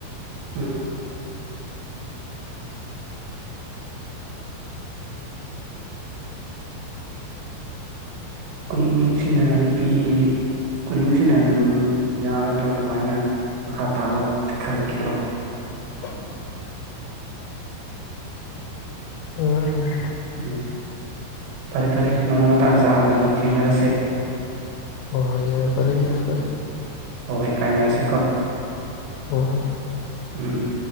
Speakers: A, on the right (about 75°); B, on the left (about 80°).
A: ꯎꯝ ꯀꯨꯟꯃꯨꯛꯁꯤꯅ ꯅꯨꯄꯤ ꯀꯨꯟꯃꯨꯛꯁꯤꯅ ꯑꯗꯨꯝ ꯌꯥꯒꯗꯔꯣ ꯀꯃꯥꯏꯅ ꯃꯈꯥ ꯇꯥꯕ ꯈꯜꯂꯛꯈꯤꯗ꯭ꯔꯣ
B: ꯑ <inaudible> ꯎꯝ
A: ꯎꯝ ꯐꯔꯦ ꯐꯔꯦ ꯅꯣꯡꯃ ꯃꯇꯥꯡ ꯆꯥꯕꯗ ꯑꯃꯨꯛ ꯊꯦꯡꯅꯔꯁꯦ
B: ꯍꯣꯏ ꯍꯣꯏ ꯌꯥꯏ ꯐꯔꯦ ꯌꯥꯏ ꯐꯔꯦ
A: ꯍꯣꯏ ꯍꯣꯏ ꯀꯥꯏꯅꯔꯁꯤꯀꯣ
B: ꯑꯣ
A: ꯎꯝ ꯎꯝ